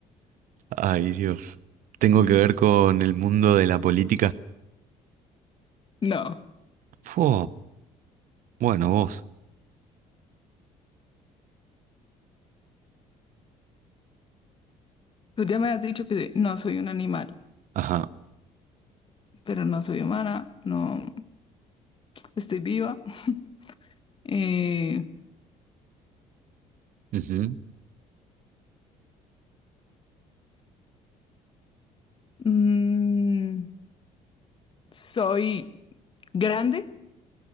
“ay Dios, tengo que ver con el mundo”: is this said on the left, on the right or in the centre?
Right